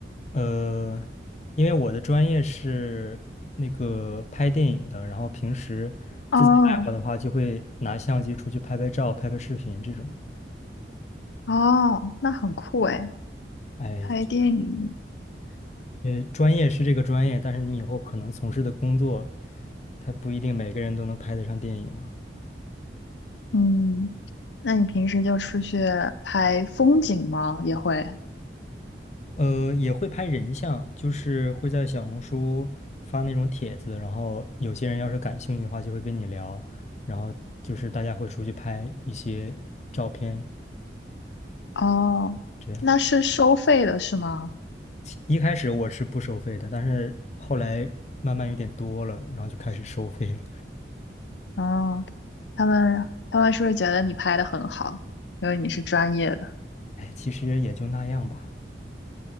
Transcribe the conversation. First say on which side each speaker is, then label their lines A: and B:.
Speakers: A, on the left (about 40°); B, on the left (about 85°).
A: 呃，因为我的专业是那个拍电影的，然后平时自己爱好的话，
B: 哦
A: 就会拿相机出去拍拍照、拍拍视频这种。
B: 哦，那很酷诶，
A: 哎，
B: 拍电影。
A: 呃，专业是这个专业，但是你以后可能从事的工作，他不一定每个人都能拍得上电影嘛。
B: 嗯，那你平时就出去拍风景吗？也会。
A: 呃，也会拍人像，就是会在小红书发那种帖子，然后有些人要是感兴趣的话，就会跟你聊，然后就是大家会出去拍一些照片，
B: 哦，
A: 这样。
B: 那是收费的是吗？
A: 一开始我是不收费的，但是后来慢慢有点多了，然后就开始收费了。
B: 哦，他们他们是不是觉得你拍的很好，因为你是专业的？
A: 哎，其实也就那样吧。